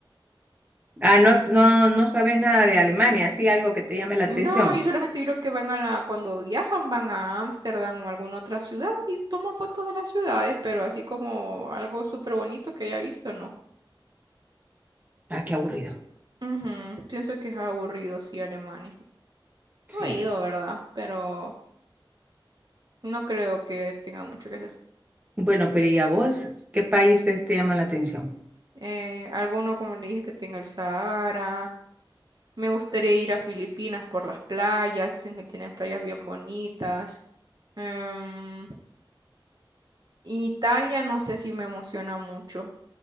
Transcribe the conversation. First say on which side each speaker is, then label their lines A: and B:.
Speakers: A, on the right; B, on the right.
A: Ah, no, has- no, no sabes nada de Alemania, sí, algo que te llame la
B: No,
A: atención.
B: yo solamente creo que van a la, cuando viajan, van a Ámsterdam o alguna otra ciudad y toman fotos de las ciudades, pero así como algo súper bonito que haya visto, no.
A: Ah, qué aburrido.
B: Ujú, Pienso que es aburrido, sí, Alemania.
A: Sí.
B: No he ido, ¿verdad? Pero no creo que tenga mucho que hacer.
A: Bueno, pero ¿y a vos? ¿Qué país te, te llama la atención?
B: Eh, alguno, como le dije, que tenga el Sahara. Me gustaría ir a Filipinas por las playas. Dicen que tienen playas bien bonitas. Em, Italia no sé si me emociona mucho.